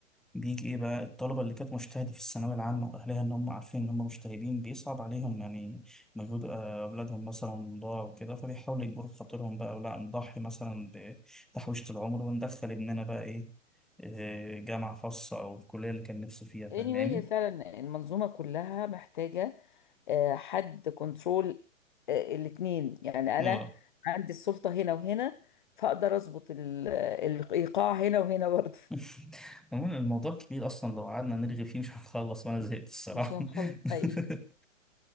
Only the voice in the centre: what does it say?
بيجي ايه بقى الطلبة اللي كانت مجتهدة في الثانوية العامة واهلها ان هم عارفين ان هم مجتهدين بيصعب عليهم يعني مجهود آه، اولادهم مثلا ضاع وكده فبيحاولوا يجبروا خاطرهم بقى ولا نضحي مثلا بتحويشة العمر وندخل ابننا بقى ايه آه، جامعة خاصة او الكلية اللي كان نفسه فيها فاهماني؟
اه
<laughs> عموما الموضوع كبير اصلا لو قعدنا نرغي فيه مش هنخلص وانا زهقت الصراحه
<laughs>